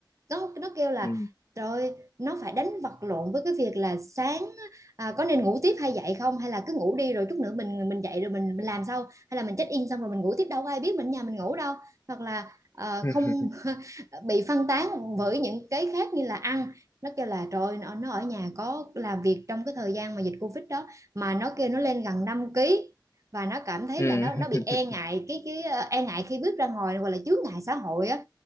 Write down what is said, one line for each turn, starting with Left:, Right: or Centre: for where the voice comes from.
Right: nó nó kêu là
Left: ừ
Right: rồi nó phải đánh vật lộn với cái việc là sáng à, có nên ngủ tiếp hay dậy không hay là cứ ngủ đi rồi chút nữa mình mình dậy rồi mình, mình làm sau hay là mình check in xong rồi mình ngủ tiếp đâu có ai biết mình ở nhà mình ngủ đâu hoặc là ờ,
Left: <laughs>
Right: không <laughs> bị phân tán bởi những cái khác như là ăn nó kêu là trời nó nó ở nhà có làm việc trong cái thời gian mà dịch Covid đó mà nó kêu nó lên gần năm ký và nó cảm thấy
Left: ừ
Right: là nó
Left: <laughs>
Right: nó bị e ngại cái cái ờ, e ngại khi bước ra ngoài gọi là chướng ngại xã hội á